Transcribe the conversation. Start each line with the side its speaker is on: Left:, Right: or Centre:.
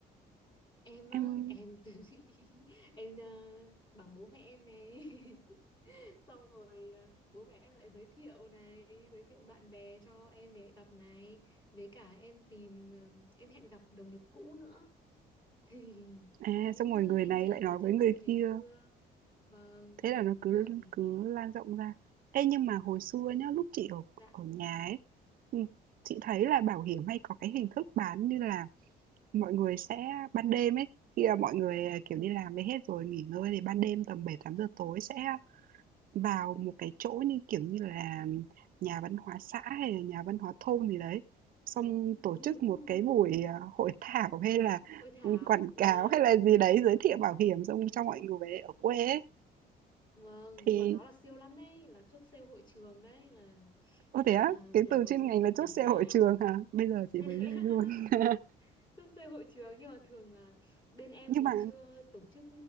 Left: em á
Right: Em
Left: em từ <laughs> em à, bảo bố mẹ em này <laughs> xong rồi à, bố mẹ em lại giới thiệu này giới thiệu bạn bè cho em để gặp này với cả em tìm ừm, em hẹn gặp đồng nghiệp cũ nữa <laughs> thì
Right: à
Left: những
Right: xong rồi
Left: ờ,
Right: người
Left: anh
Right: này
Left: chị
Right: lại
Left: mà
Right: nói
Left: chơi
Right: với
Left: thân
Right: người
Left: ngày
Right: kia,
Left: xưa vâng
Right: thế là nó cứ
Left: nhưng mà,
Right: cứ lan rộng ra. Ê nhưng mà hồi xưa
Left: ừm,
Right: nhá, lúc chị ở
Left: dạ
Right: ở nhà ấy, ừ, chị thấy là bảo hiểm hay có cái hình thức bán như là Mọi người sẽ ban đêm ấy, khi mà mọi người, à, kiểu, đi làm về hết rồi nghỉ ngơi thì ban đêm tầm bảy tám giờ tối sẽ vào một cái chỗ như, kiểu như là, nhà văn hóa xã hay là nhà văn hóa thôn gì đấy, xong
Left: à,
Right: tổ
Left: đúng
Right: chức
Left: đúng
Right: một
Left: <laughs>
Right: cái buổi, ờ, hội thảo
Left: Buổi
Right: hay là,
Left: hội thảo
Right: quảng
Left: vâng
Right: cáo hay là gì đấy, giới thiệu bảo hiểm xong
Left: Ui,
Right: cho mọi người ở quê ấy.
Left: vâng
Right: Thì
Left: quả đó là siêu lắm đấy là chốt sale hội trường đấy là
Right: ô, thế á?
Left: à,
Right: Cái
Left: là
Right: từ
Left: một
Right: chuyên
Left: nghệ
Right: ngành
Left: thuật
Right: là
Left: đỉnh
Right: chốt sale
Left: cao
Right: hội trường hả? Bây giờ
Left: <laughs>
Right: chị mới nghe luôn. <laughs>
Left: chốt sale hội trường nhưng mà thường là bên em
Right: Nhưng
Left: thì
Right: mà
Left: chưa tổ chức